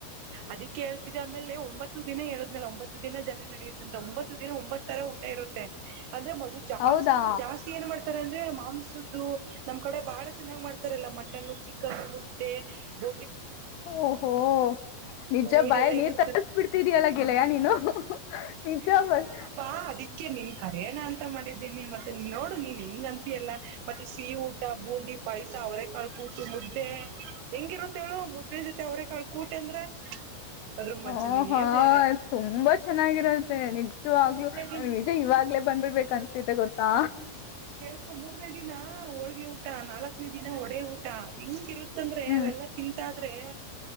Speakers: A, on the right; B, on the left.
A: ಅದಕ್ಕೆ ಹೇಳ್ತಿದ ಆಮೇಲೆ ಒಂಬತ್ತು ದಿನ ಹೇಳದ್ನಲ್ಲ ಒಂಬತ್ತು ದಿನ ಜಲ ನಡೆಯುತ್ತ ಅಂತ ಒತ್ತು ಒಂಬತ್ ತರ ಊಟ ಇರುತ್ತೆ ಅಂದ್ರೆ ಮದ ಜಾಸ್ತಿ
B: ಹೌದಾ
A: ಜಾಸ್ತಿ ಏನ್ ಮಾಡ್ತಾರೆ ಅಂದ್ರೆ ಮಾಂಸದ್ದು ನಮ್ ಕಡೆ ಬಹಳ ಚೆನ್ನಾಗ್ ಮಾಡ್ತಾರಲ್ಲ ಮಟನ್ ಚಿಕನ್ ಮುದ್ದೆ ಬ
B: ಓಹೋ ನಿಜ
A: ಹ್ಮ
B: ಬಾಯಲ್
A: ಇದೆಲ್ಲಾ
B: ನೀರ್
A: ಇರುತ್ತೆ
B: ತರ್ಸ್ ಬಿಡ್ತಿದಲ್ಲ ಗೆಳೆಯ ನೀನು ನಿಜ
A: ಇಲ್ಲ ಇಲ್ಲ
B: ಬಸ್
A: ಬಾ ಅದ ಅಕ್ಕೆ ನೀನ್ ಕರೆಯಣ ಅಂತ ಮಾಡಿದ್ದೀನಿ ಮತ್ತೆ ನೀ ನೋಡು ನೀವ ಹೆಂಗ ಅಂತಿಯಲ್ಲ ಮ ಸಿ ಊಟ ಬೂಂದಿ ಪೈಸ ಅವರೆಳ ಕಾಳು ಊಟ ಮುದ್ದೆ ಹೆಂಗಿರುತ್ತ ಹೇಳೇಳು ಮುದ್್ದೆ ಜೊತೆ ಅವರ ಕಾಳ ಕೂಟ ಅಂದ್ರ ಅದ್ರ ಮಜಾನೇ
B: ಹಓ ಹಾ
A: ಬೇರೆ
B: ತುಂಬಾ ಚೆನ್ನಾಗಿರದು ನಿಜವಾಗ್ಲೂ
A: ಮೂರನೇ ದಿನ
B: ನಿಜ ಇವಾಗ್ಲೇ ಬಂದ್ಬಿಡ್ಬೇಕು ಅನ್ಸ್ತೈತೆ ಗೊತ್ತಾ
A: ಕೇಸ್ಕೊ ಮೂರ್ನೇ ದಿನ ಹೋಳ್ಗೆ ಊಟ ನಾಲ್ಕನೇ ದಿನ ಹೊಡೆ ಊಟ ಹಿಂಗಿರುತ್ತ ಅಂತಂದ್ರೆ
B: ಹ್ಮ್
A: ಅವೆಲ್ಲಾ ತಿಂತಾದ್ರೆ